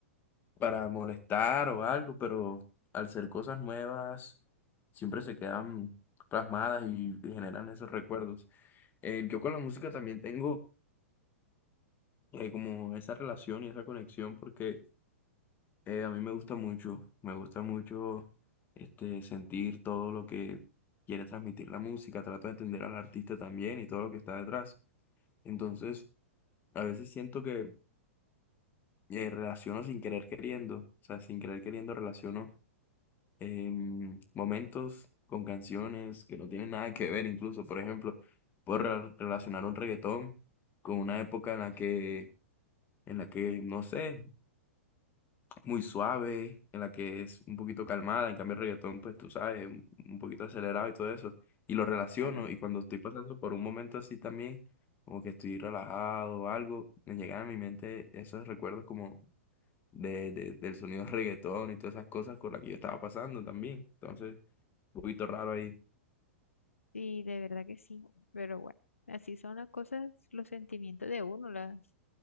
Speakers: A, on the left; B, on the left.
A: para molestar o algo, pero al ser cosas nuevas siempre se quedan plasmadas y generan esos recuerdos. Eh, yo con la música también tengo eh, como esa relación y esa conexión porque Eh, a mí me gusta mucho, me gusta mucho este, sentir todo lo que quiere transmitir la música, trato de entender al artista también y todo lo que está detrás. Entonces, a veces siento que eh, relaciono sin querer queriendo, o sea, sin querer queriendo relaciono em, momentos con canciones que no tienen nada que ver incluso. Por ejemplo, puedo re- relacionar un reggaetón con una época en la que, en la que, no sé. muy suave, en la que es un poquito calmada, en cambio el reggaetón, pues tú sabes, un, un poquito acelerado y todo eso, y lo relaciono,
B: Claro.
A: y cuando estoy pasando por un momento así también, como que estoy relajado o algo, me llegan a mi mente esos recuerdos como de, de- del sonido del reggaetón y todas esas cosas con las que yo estaba pasando también, entonces, un poquito raro ahí,
B: Sí, de verdad que sí. Pero bueno, así son las cosas, los sentimientos de uno, las,